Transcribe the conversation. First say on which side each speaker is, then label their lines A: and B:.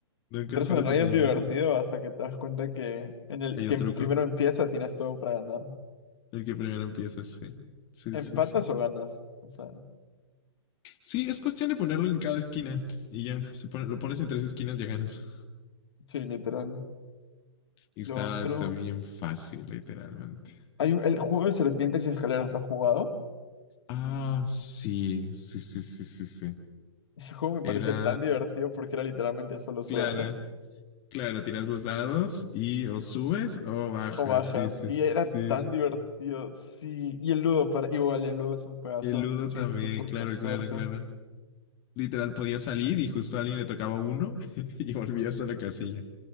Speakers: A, on the left; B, on the left.
A: ¿Nunca
B: Tres
A: has jugado
B: enrayas
A: con tus
B: es
A: amigos?
B: divertido
A: tres?
B: hasta que te das cuenta que en el
A: Hay
B: que
A: un truco.
B: primero empieza tienes todo para ganar.
A: El que primero empieza, sí. Sí,
B: ¿Empatas
A: sí, sí.
B: o ganas? O sea,
A: Sí, es cuestión de ponerlo en cada esquina y ya. Si pone- lo pones en tres esquinas, ya ganas.
B: sí, literal.
A: Y está,
B: Lo otro.
A: está bien fácil, literalmente.
B: Hay un- el juego de serpientes y escaleras, ¿lo has jugado?
A: Ah, sí, sí, sí, sí, sí, sí.
B: Ese juego me parecía
A: Era
B: tan divertido porque era literalmente solo suerte
A: Clara. Claro, tiras los dados y o subes o bajas.
B: o bajas.
A: Sí, sí,
B: Y
A: sí,
B: era
A: sí.
B: tan divertido, sí. Y el Ludo, para, igual, el Ludo es un juegazo,
A: El Ludo
B: simplemente
A: también,
B: por
A: claro,
B: ser suerte.
A: claro, claro. Literal, podía salir y justo a alguien le tocaba uno <laughs> y volvías a la casilla.